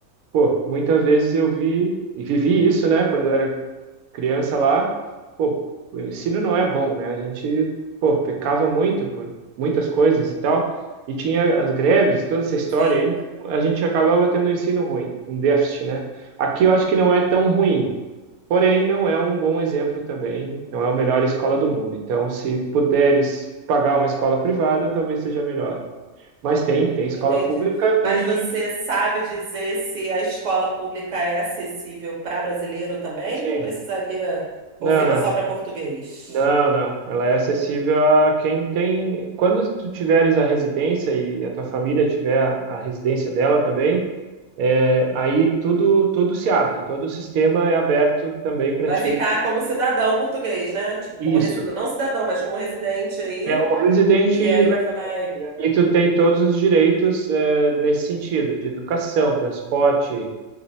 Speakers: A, on the right (about 85°); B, on the right (about 60°).
A: pô, muitas vezes eu vi e vivi isso, né? Quando eu era criança lá, pô, o ensino não é bom, né? A gente, pô, pecava muito por muitas coisas e tal, e tinha as greves, toda essa história
B: Sim,
A: aí, então a gente acabava tendo um ensino ruim, um déficit, né? Aqui eu acho que não é tão ruim, porém não é um bom exemplo também, não é a melhor escola do mundo. Então, se puderes pagar uma escola privada, talvez seja melhor. Mas tem, tem escola
B: entende?
A: pública
B: Mas
A: e
B: você sabe dizer se a escola pública é acessível para brasileiro também,
A: sim.
B: ou precisaria,
A: Não,
B: ou fica
A: não.
B: só para português?
A: Não, não. Ela é acessível a quem tem. Quando tu tiveres a residência e a tua família tiver a, a residência dela também, é, aí tudo tudo se abre, todo o sistema é aberto também para
B: Vai
A: ti.
B: ficar como cidadão português, né? Tipo,
A: Isso.
B: como resi... não cidadão, mas como residente aí.
A: É um residente
B: E aí
A: legal.
B: vai,
A: E aí tu tem todos os direitos, é, nesse sentido, de educação, transporte,